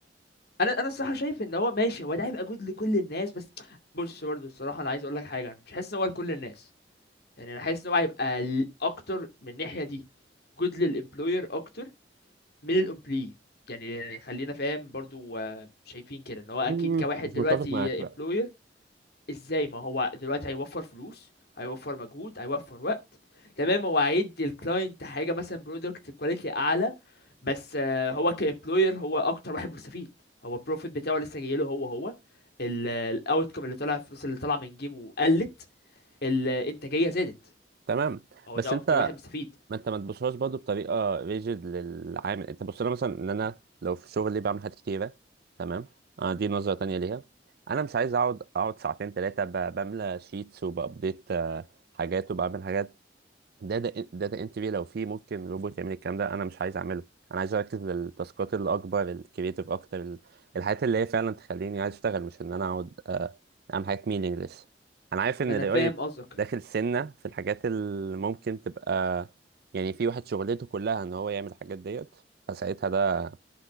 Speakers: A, on the left; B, on the right.
A: انا انا الصراحه شايف ان هو ماشي هو ده هيبقى جود لكل الناس بس بص برضو الصراحه انا عايز اقول لك حاجه انا مش حاسس ان هو لكل الناس يعني انا حاسس ان هو هيبقى ل- اكتر من الناحيه دي جود للامبلوير اكتر من الامبلوي يعني خلينا فاهم برضو آه، شايفين كده ان هو اكيد
B: مم.
A: كواحد
B: مش
A: دلوقتي
B: متفق معاك لا
A: employer ازاي ما هو دلوقتي هيوفر فلوس هيوفر مجهود هيوفر وقت تمام هو هيدي الكلاينت حاجه مثلا برودكت كواليتي اعلى بس آه، هو كامبلوير هو اكتر واحد مستفيد هو البروفيت بتاعه لسه جايله هو هو الاوتكم اللي طلع الفلوس اللي طالعه من جيبه قلت الانتاجيه زادت
B: تمام
A: هو
B: بس
A: ده
B: انت
A: اكتر واحد مستفيد
B: ما انت ما تبصلهاش برضه بطريقه ريجيد للعامل انت بص لها مثلا ان انا لو في شغلي بعمل حاجات كتيره تمام اه دي نظره تانية ليها انا مش عايز اقعد اقعد ساعتين ثلاثه بملى شيتس وبابديت آه، حاجات وبعمل حاجات داتا داتا انتري لو في ممكن روبوت يعمل الكلام ده انا مش عايز اعمله انا عايز اركز للتاسكات اللي اكبر الكرييتيف اكتر ال- الحاجات اللي هي فعلا تخليني عايز اشتغل مش ان انا اقعد آه، اعمل حاجات مينينجلس انا عارف ان
A: ما انا
B: الاي
A: فاهم
B: اي
A: قصدك
B: داخل سنه في الحاجات اللي ممكن تبقى يعني في واحد شغلته كلها ان هو يعمل الحاجات ديت فساعتها ده